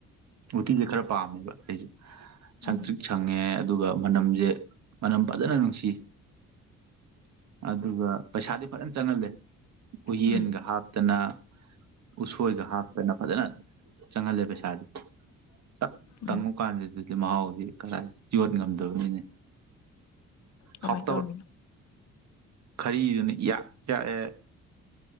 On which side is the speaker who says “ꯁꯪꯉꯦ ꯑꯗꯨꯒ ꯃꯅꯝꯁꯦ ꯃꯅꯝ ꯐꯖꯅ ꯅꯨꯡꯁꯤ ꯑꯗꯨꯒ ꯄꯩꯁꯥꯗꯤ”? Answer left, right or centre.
Right